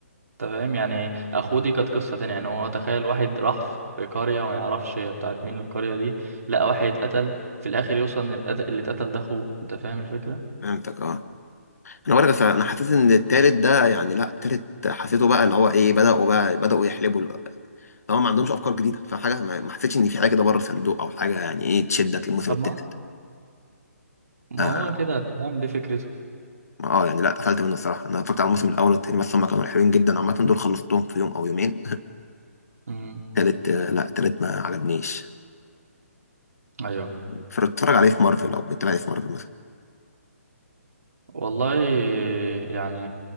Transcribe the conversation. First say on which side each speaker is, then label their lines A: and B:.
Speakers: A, on the right; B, on the left.
A: انت فاهم يعني اخوه دي كانت قصه تانية يعني هو تخيل واحد راح في قريه وما يعرفش هي بتاعت مين القريه دي لقى واحد اتقتل في الاخر يوصل ان القتل- اللي اتقتل ده اخوه انت فاهم الفكره
B: فهمتك اه انا بقولك انا حسيت ان التالت ده يعني لا التالت حسيته بقى اللي هو ايه بدأوا بقى بدأوا يحلبوا هما ما عندهمش افكار جديده فحاجه ما ما حسيتش ان في حاجه كده بره الصندوق او حاجه يعني ايه تشدك للموسم
A: طب
B: الثالث
A: ما ما
B: اه
A: هو كده انت فاهم دي فكرته
B: آه، يعني لا اتقفلت منه الصراحه انا اتفرجت على الموسم الاول والثاني بس هما كانوا حلوين جدا عامه دول خلصتهم في يوم او يومين
A: امم
B: <laughs> الثالث آه، لا الثالث ما عجبنيش
A: ايوه
B: فاتفرج عليه في مارفل او بتتفرج عليه في مارفل مثلا
A: والله يعني